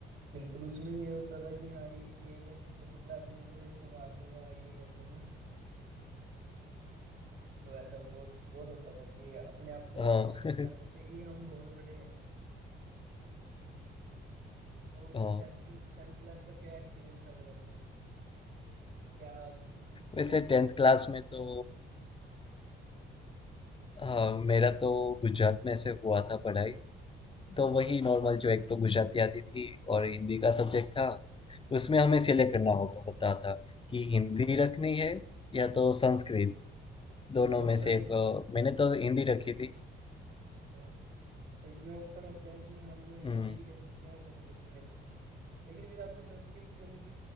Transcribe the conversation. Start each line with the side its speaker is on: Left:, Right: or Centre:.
Right: बिल्कुल उसमें ये होता था कि हाँ ये ये मेरे से छोटी क्लास में है, तो मैं इसको मार दूंगा ये कर दूंगा <laughs> तो ऐसा बहुत बहुत होता था कि अपने आप को
Left: हाँ
Right: ऐसा
Left: <laughs>
Right: करते थे कि हम बहुत बड़े हैं और
Left: हाँ
Right: टेंथ टेंथ क्लास का क्या एक्सपीरियंस था फिर आपका क्या सब्जेक्ट
Left: वैसे टेंथ क्लास में तो हाँ मेरा तो गुजरात में से हुआ था पढ़ाई तो वही नॉर्मल जो एक तो गुजराती आती थी और हिंदी का सब्जेक्ट था उसमें हमें सिलेक्ट करना होगा होता था कि हिंदी रखनी है या तो संस्कृत दोनों
Right: अच्छा ऑप्शन
Left: में से एक अ, मैंने तो हिंदी रखी थी
Right: Current। अच्छा इसमें ऑप्शन होते हैं कि हम हिंदी
Left: हम्म,
Right: भी ले सकते हैं और संस्कृत भी ले सकते हैं लेकिन फिर आपने संस्कृत क्यों नहीं ली